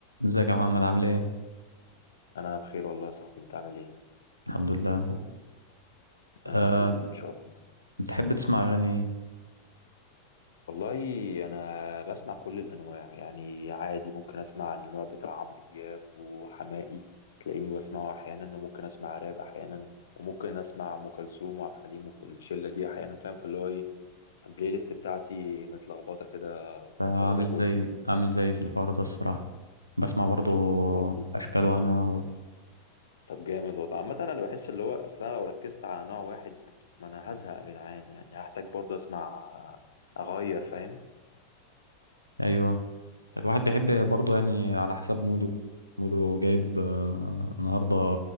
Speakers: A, on the right; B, on the left.
A: ازيك يا محمد عامل ايه؟
B: انا بخير والله يا صاحبي انت عامل ايه
A: الحمد لله أه
B: يا رب دايما ان شاء الله
A: بتحب تسمع اغاني ايه؟
B: والله انا بسمع كل الانواع يعني عادي ممكن اسمع النوع بتاع عمرو دياب وحماقي تلاقيني بسمعه احيانا وممكن اسمع راب احيانا وممكن اسمع ام كلثوم وعبد الحليم وكل الشله دي احيانا فاهم فاللي هو ايه البلاي ليست بتاعتي متلخبطه كده
A: آه،
B: واخده
A: عامل
B: كله
A: زي
B: فاهم؟
A: عامل زي في الحوار ده الصراحة بسمع برضو
B: انت برضه
A: اشكال وانواع
B: طب جامد والله عامه انا بحس اللي هو اصل انا لو ركزت على نوع واحد ما انا هزهق يا جدعان يعني هحتاج برضه اسمع اغير فاهم
A: ايوه الواحد بيحب برضه يعني على حسب موده موده جايب آه، النهاردة